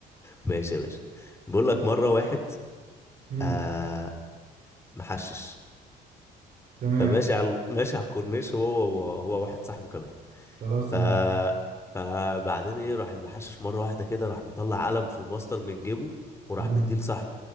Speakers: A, on the left; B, on the right.
A: ماشي يا باشا بقول لك مره واحد
B: امم
A: آه محشش
B: تمام
A: فماشي على ماشي على الكورنيش هو هو هو واحد صاحبه كمان
B: خلاص
A: ف
B: تمام
A: فبعدين ايه راح المحشش مره واحده كده راح مطلع قلم في الماستر من جيبه وراح
B: تمام
A: مديه لصاحبه